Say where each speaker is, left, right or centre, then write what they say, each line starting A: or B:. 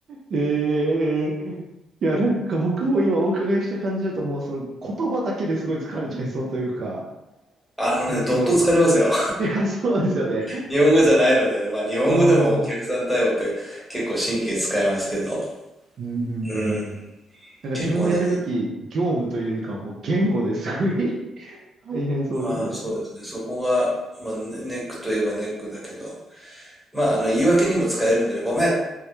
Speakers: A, on the right; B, in the centre.
A: ええいや、なんか僕も今お伺いした感じだともうその言葉だけですごい疲れちゃいそうというか、
B: <laughs> あのね、
A: なんかその、
B: どっと疲れますよ。
A: いや、そうですよね。
B: <laughs> 日本語じゃないのでね、まあ日本語でもお客さん対応って結構神経使いますけど、
A: ああ、うんうんうんうん。
B: うん。
A: なんか自分のやるべき業務というよりかはもう言語ですごい
B: 結構ね、
A: <laughs> 大変そうですね。
B: まあそうですね、そこが、まあ、ネネックといえばネックだけど、まあ、あの、言い訳にも使えるんでね、ごめん、